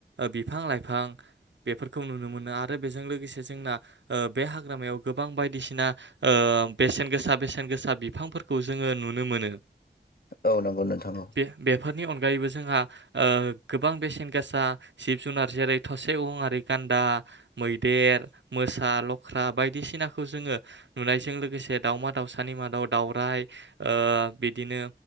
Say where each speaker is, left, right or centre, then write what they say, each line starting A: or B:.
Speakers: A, on the right (about 75°); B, on the left (about 55°).
A: बिफां लाइफां बेफोरखौ नुनो मोनो आरो बेजों लोगोसे जोंना ओ बे हाग्रामायाव गोबां बायदिसिना ओ बेसेन गोसा बेसेन गोसा बिफांफोरखौ जोङो नुनो मोनो।
B: औ नंगौ नोंथां औ
A: बे बेफोरनि अनगायैबो जोंहा ओ गोबां बेसेन गोसा जिब जुनार जेरै थ' से उ आरि गान्दा, मैदेर, मोसा, लख्रा बायदिसिनाखौ जोङो नुनायजों लोगोसे दाउमा दाउसानि मादाव दाउराइ ओ बिदिनो